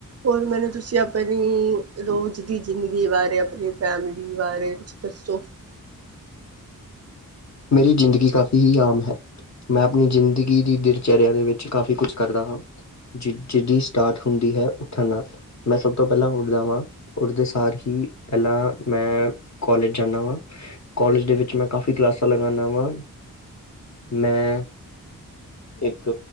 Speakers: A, on the right; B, on the left.
A: ਹੋਰ ਮੈਨੂੰ ਤੁਸੀਂ ਆਪ ਪ <unintelligible> ਰੋਜ਼ ਦੀ ਜ਼ਿੰਦਗੀ ਬਾਰੇ ਆਪਣੀ ਫੈਮਿਲੀ ਬਾਰੇ ਕੁਛ ਦੱਸੋ?
B: ਮੇਰੀ ਜ਼ਿੰਦਗੀ ਕਾਫ਼ੀ ਹੀ ਆਮ ਹੈ, ਮੈਂ ਆਪਣੀ ਜ਼ਿੰਦਗੀ ਦੀ ਦਿਨਚਰਿਆ ਦੇ ਵਿੱਚ ਕਾਫ਼ੀ ਕੁਛ ਕਰਦਾ ਹਾਂ।। ਜਿਹਦੀ ਸਟਾਰਟ ਹੁੰਦੀ ਹੈ ਉੱਠਣ ਨਾਲ ਮੈਂ ਸਭ ਤੋਂ ਪਹਿਲਾਂ ਉੱਠਦਾ। ਵਾਂ ਉੱਠਦੇ ਸਾਰ ਹੀ ਪਹਿਲਾਂ ਮੈਂ ਕੋਲੇਜ ਜਾਂਦਾ ਵਾਂ, ਕੋਲੇਜ ਦੇ ਵਿੱਚ ਮੈਂ ਕਾਫੀ ਕਲਾਸ ਲਗਾਉਦਾ ਵਾਂ ਮੈਂ ਇੱਕ